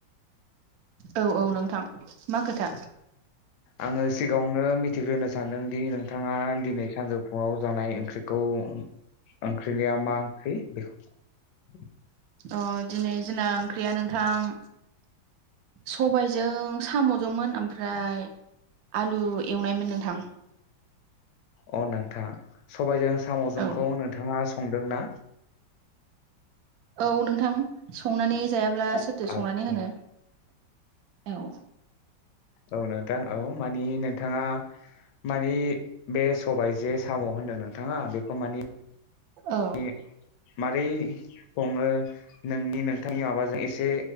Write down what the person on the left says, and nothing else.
आङो सिगाङावनो मिथिग्रोनो सानदोंदि नोंथाङा दिनै सानजौफुङाव जानाय ओंख्रिखौ ओंख्रिनिया मा ओंख्रि बेखौ
अ नोंथां सबायजों साम'जोंखौ
नोंथाङा संदों ना।
आदसा
औ नोंथां औ मानि नोंथाङा माने बे सबायाइ जो साम' होनदों नोंथाङा बेखौ माने
ए मारै सङो नोंनि नोंथांनि माबाजों एसे